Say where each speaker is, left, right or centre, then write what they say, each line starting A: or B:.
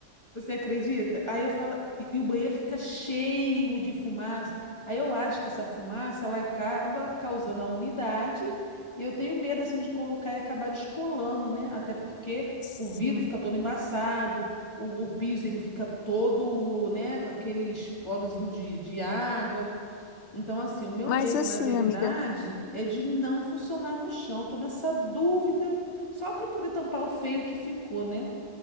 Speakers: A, on the left; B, on the left.
A: Você acredita? Aí eu falo, e, e o banheiro fica cheio de fumaça. Aí eu acho que essa fumaça ela acaba causando a umidade e eu tenho medo assim de colocar e acabar descolando, né? Até porque
B: sim.
A: o vidro fica todo embaçado, o, o piso ele fica todo, né, com aqueles porozinhos de, de água. Então, assim, o meu
B: Mas
A: medo,
B: assim,
A: na verdade,
B: amiga,
A: é de não funcionar no chão. Eu tô nessa dúvida só para poder tampar o feio que ficou, né?